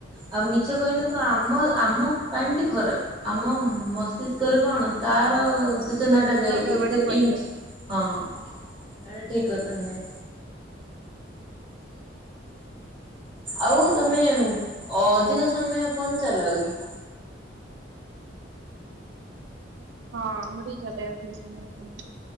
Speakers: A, on the right; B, on the right.
A: ଆଉ ମିଛ କହିଲେ କଣ ଆମ ଆମ ପାଇଁ ବି ଖରାପ ଆମ ମସ୍ତିଷ୍କରେ କଣ ତାର ସୂଚନା ଟା ଯାଇକି
B: ପ୍ରଭାବ
A: ଏତେ
B: ଟା ପଡିବ।
A: ଏମିତି ହଁ ଏଟା ଠିକ୍ କଥା ନୁହେଁ। ଆଉ ତମେ ଅଧିକ ସମୟ ଫୋନ୍ ଚଲାଅ କି?
B: ହଁ ମୁଁ ଟିକେ ଚଲାଏ ଅଧିକ ସମୟ ଫୋନ୍।